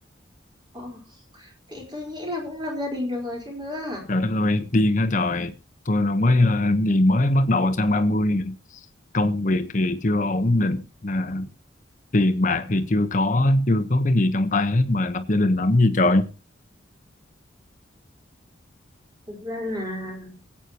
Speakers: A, on the right; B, on the left.
A: Ồ, thì tôi nghĩ là cũng lập gia đình được rồi chứ nữa.
B: Trời đất ơi, điên hả trời. Tôi là mới ờ, gì mới bắt đầu sang ba mươi công việc thì chưa ổn định, à, tiền bạc thì chưa có, chưa có cái gì trong tay hết mà lập gia đình làm gì trời.
A: Thực ra là